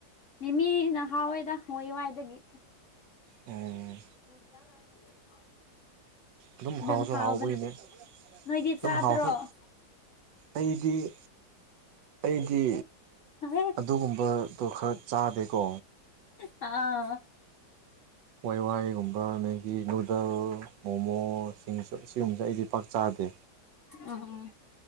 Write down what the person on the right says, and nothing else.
ꯑꯣ
ꯑꯗꯨꯝ ꯍꯥꯎꯁꯨ
ꯍꯥꯎꯕꯒꯤꯅꯦ
ꯑꯗꯨꯝ
ꯍꯥꯎꯁꯨ
ꯑꯩꯗꯤ ꯑꯩꯗꯤ
ꯑꯗꯨꯒꯨꯝꯕꯗꯣ ꯈꯔ ꯆꯥꯗꯦꯀꯣ
ꯋꯥꯏ ꯋꯥꯏ ꯒꯨꯝꯕ ꯃꯦꯒꯤ ꯅꯨꯗꯜ ꯃꯣꯃꯣ ꯁꯤꯡꯁꯨ ꯑꯁꯤꯒꯨꯝꯕꯖꯦ ꯑꯩꯗꯤ ꯄꯥꯛ ꯆꯥꯗꯦ